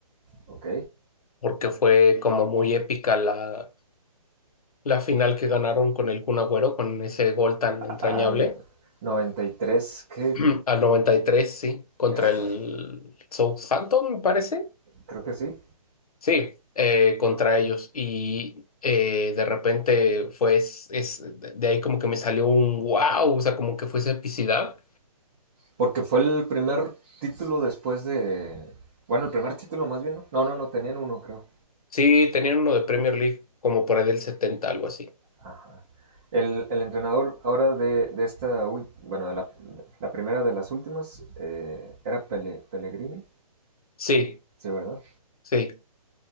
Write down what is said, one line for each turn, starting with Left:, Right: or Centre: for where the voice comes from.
Right: Ok.
Left: porque fue como muy épica la, la final que ganaron con el Kun Agüero, con ese gol tan entrañable,
Right: Al 93, que,
Left: <clears throat> al 93 sí, contra
Right: ajá,
Left: el Southampton, me parece.
Right: creo que sí.
Left: Sí, eh, contra ellos. Y eh, de repente fue, es, es- de ahí como que me salió un wow, o sea, como que fuese epicidad.
Right: Porque fue el primer título después de... Bueno, el primer título más bien, ¿no? No, no, no, tenían uno, creo.
Left: Sí, tenían uno de Premier League como por ahí del 70, algo así.
Right: Ajá. El, el entrenador ahora de, de esta... ul- Bueno, de la, de la primera de las últimas eh, era Pele, Pellegrini,
Left: Sí,
Right: sí, ¿verdad?
Left: sí.